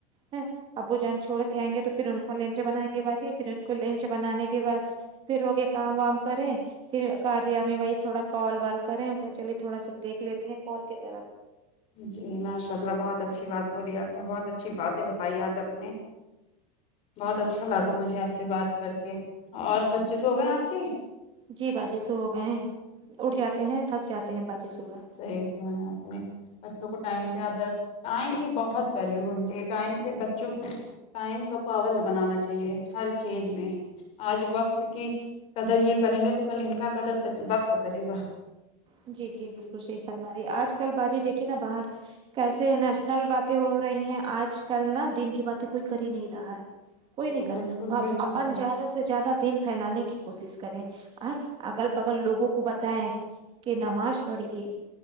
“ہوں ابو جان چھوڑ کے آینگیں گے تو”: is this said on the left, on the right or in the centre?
Right